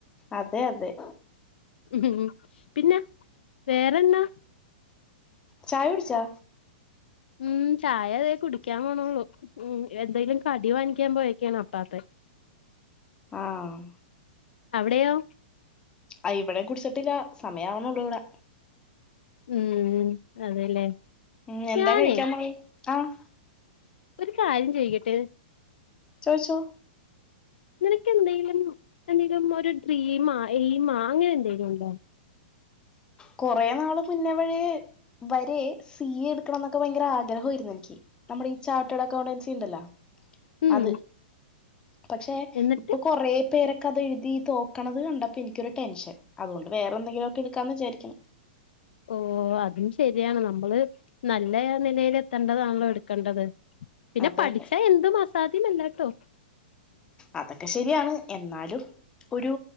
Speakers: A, on the left; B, on the left.
A: അതെ അതെ
B: ഉം ഉം പിന്നെ വേറെന്നാ
A: ചായ കുടിച്ചോ?
B: ഉം ചായ തേ കുടിക്കാൻ പോണൊള്ളൂ ഉം എന്തേലും കടി വാങ്ങിക്കാൻ പോയേക്കാണ് അപ്പാപ്പൻ
A: ആഹ്
B: അവിടെയോ?
A: ആഹ് ഇവിടേം കുടിച്ചിട്ടില്ല സമയാവുണൊള്ളൂ ഇവ്ടെ
B: ഉം അതെല്ലേ
A: ഉം എന്താ
B: ഞാനേ
A: കഴിക്കാൻ പറയ് ആഹ്
B: ഒരു കാര്യം ചോയ്ക്കെട്ടെ?
A: ചോയ്ച്ചോ?
B: നിനക്കെന്തേലും എന്തെങ്കിലും ഒരു ഡ്രീമാ എയിമാ അങ്ങനെ എന്തേലും ഉണ്ടോ?
A: കൊറെ നാള് മുന്നേ വഴി വരെ സി എ എടുക്കണംന്നൊക്കെ ഭയങ്കര ആഗ്രഹവായിരുന്നു എനിക്ക്. നമ്മുടെ ഈ ചാർട്ടേഡ് അക്കൗണ്ടൻസി ഉണ്ടല്ലോ
B: ഉം
A: അത് പക്ഷെ
B: എന്നിട്ട്
A: ഇപ്പൊ കൊ കൊറേ പേരൊക്കെ അത് എഴുതി തോക്കണത് കണ്ടപ്പം എനിക്കൊരു ടെൻഷൻ. അതുകൊണ്ട് വേറെന്തെങ്കിലൊക്കെ എടുക്കാന്ന് വിചാരിക്കുന്നു.
B: ഓഹ് അതും ശരിയാണ് നമ്മള് നല്ല നിലയ്‌ലെ ത്തണ്ടതാണല്ലോ എടുക്കണ്ടത്. പിന്നെ
A: അതെ
B: പഠിച്ചാ
A: അതെ
B: എന്തും അസാധ്യമല്ലാട്ടോ
A: അതൊക്കെ ശരിയാണ് എന്നാലും ഒരു